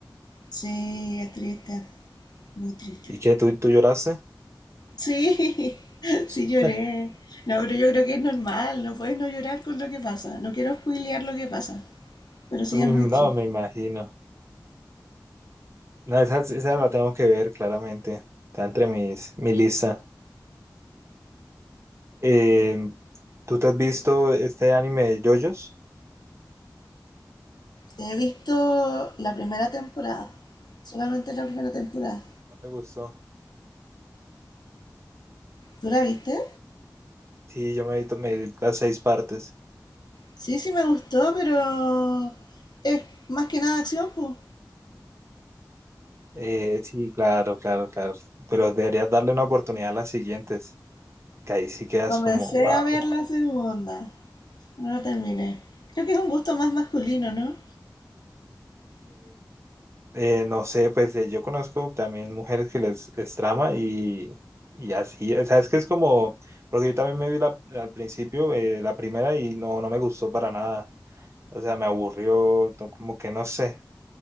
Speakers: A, on the left; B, on the right.
A: Sí, es triste, muy triste.
B: ¿Y qué? ¿Tú, tú lloraste?
A: Sí, <laughs>
B: <laughs>
A: sí lloré. No, pero yo creo que es normal, no puedes no llorar con lo que pasa. No quiero spoilear lo que pasa, pero sí
B: Uy,
A: es muy
B: no,
A: triste.
B: me imagino. No, esa, esa la tengo que ver claramente. Está entre mis, mi lista. Eh, ¿tú te has visto este anime de JoJo's?
A: He visto la primera temporada, solamente
B: Y
A: la
B: que
A: primera
B: no,
A: temporada.
B: no te gustó.
A: ¿Tú la viste?
B: Sí, yo me he visto me vi las seis partes.
A: Sí, sí me gustó, pero es más que nada acción, pues.
B: Eh, sí, claro, claro, claro. Pero deberías darle una oportunidad a las siguientes. Que ahí sí quedas
A: Comencé
B: como, wow.
A: a ver la segunda, no la terminé. Creo que es un gusto más masculino, ¿no?
B: Eh, no sé, pues eh, yo conozco también mujeres que les, les trama y, y así, o sea, es que es como, porque yo también me vi la, al principio eh, la primera y no, no me gustó para nada, o sea, me aburrió, no, como que no sé,